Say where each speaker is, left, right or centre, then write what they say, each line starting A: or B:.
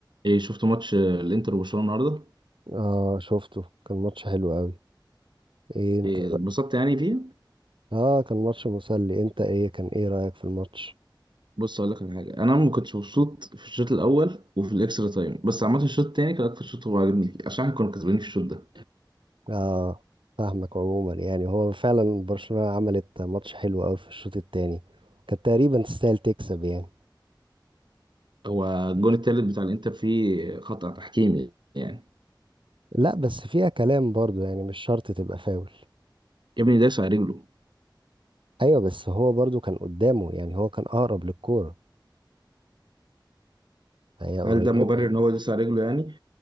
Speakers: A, on the right; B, on the right.
A: إيه شفت ماتش آه، الانتر وبرشلونه النهارده
B: اه شفته كان ماتش حلو قوي ايه انت
A: إيه
B: رأ-
A: اتبسطت يعني فيه
B: اه كان ماتش مسلي انت ايه كان ايه رأيك في الماتش
A: بص اقول لك على حاجه انا ما كنتش مبسوط في الشوط الاول وفي الاكسترا تايم بس عامه الشوط التاني كان اكتر شوط هو عاجبني فيه عشان احنا كنا كسبانين في الشوط ده
B: اه فاهمك عموما يعني هو فعلا برشلونة عملت ماتش حلو قوي في الشوط التاني كانت تقريبا تستاهل تكسب يعني
A: هو الجون التالت بتاع الانتر فيه خطأ تحكيمي يعني
B: لا بس فيها كلام برضو يعني مش شرط تبقى فاول
A: يا ابني داس على رجله
B: ايوه بس هو برضو كان قدامه يعني هو كان اقرب للكورة هي قريبة
A: هل ده مبرر ان هو داس على رجله يعني